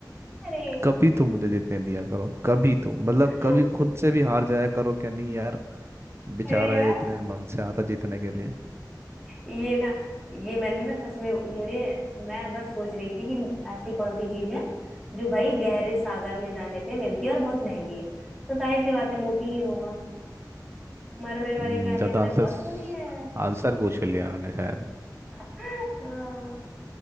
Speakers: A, in the centre; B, on the right.
A: अरे
B: कभी तो मुझे जीतने दिया करो कभी तो मतलब
A: <laughs>
B: कभी खुद से भी हार जाया करो क्या नहीं यार बेचारा
A: अरे यार
B: है इतने मन से आता जीतने के लिए
A: ये ना ये मैंने ना सच में मुझे मैं बस सोच रही थी कि ऐसी कौन सी चीज है जो भाई गहरे सागर में जाने पे मिलती है और बहुत महंगी है तो जाहिर सी बात है मोती ही होगा मरमेड
B: हम्म,
A: वाली कहानियां
B: ज्यादा
A: मैंने
B: आंसर
A: बहुत सुनी है
B: आंसर पूछ लिया मैंने शायद
A: हाँ।